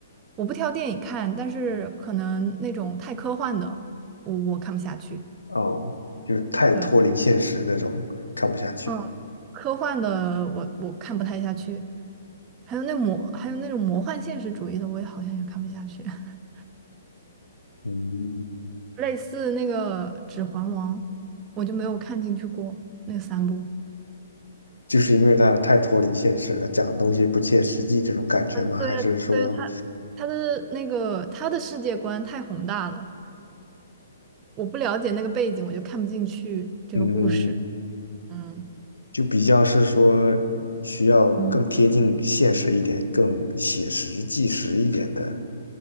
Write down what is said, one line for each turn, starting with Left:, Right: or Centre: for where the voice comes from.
Right: 我不挑电影看，但是可能那种太科幻的，我我看不下去。
Left: 哦，就是太脱离现实那种，
Right: 对，
Left: 看不下去。
Right: 嗯，科幻的我我看不太下去，还有那魔还有那种魔幻现实主义的，我也好像也看不下去。<laughs>
Left: 嗯，
Right: 类似那个《指环王》，我就没有看进去过那三部。
Left: 就是因为它太脱离现实了，讲的东西不切实际这种感觉吗？
Right: 对啊对啊，
Left: 还是说，
Right: 他他的那个他的世界观太宏大了，我不了解那个背景，我就看不进去这个故事。
Left: 嗯？
Right: 嗯
Left: 就比较是说需要更贴近现实一点、
Right: 嗯，
Left: 更写实纪实一点的